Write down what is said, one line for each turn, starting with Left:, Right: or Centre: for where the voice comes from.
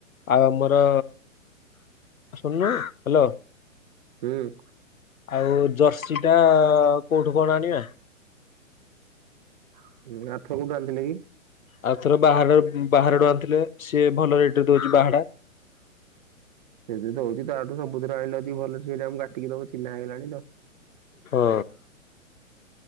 Left: ଆଉ ଆମର ଶୁଣୁନୁ ହ୍ୟାଲୋ।
Right: ହୁଁ।
Left: ଆଉ ଜର୍ସି ଟା କୋଉଠୁ କଣ ଆଣିବା?
Right: <unintelligible>
Left: ଆଉଥର ବାହାର ବାହାରେ ଡ ଆନ୍ଣିଥିଲେ ସିଏ ଭଲ ରେଟରେ ଦଉଛି ବାହାଡା।
Right: ସେଦି ଦଉଛି ତ ଆଠୁ ସମୁଦ୍ର ଆଣିଲ ଦି ଭଲ ସେଇ ଆମକୁ କାଟିକି ଦବ ଚିହ୍ନା ହେଇଗଲାଣି ତ।
Left: ହଁ।